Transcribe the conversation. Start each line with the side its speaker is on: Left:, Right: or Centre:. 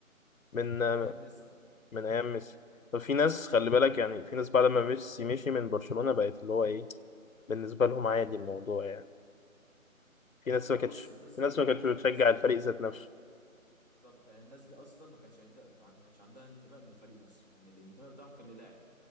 Left: من
Right: حتى من ايام ميسي
Left: من ايام ميسي طب في ناس خلي بالك يعني في ناس بعد ما ميسي مشي من برشلونه بقت اللي هو ايه بالنسبه لهم عادي الموضوع يعني في ناس
Right: لا
Left: ما كانتش
Right: بص الناس
Left: في
Right: دي
Left: ناس ما كانتش بتشجع
Right: بص الناس-
Left: الفريق ذات نفسه
Right: بالظبط يعني الناس دي اصلا ما كانتش عندها ما كانتش عندها انتماء للفريق نفسه يعني الانتماء بتاعهم كان للاعب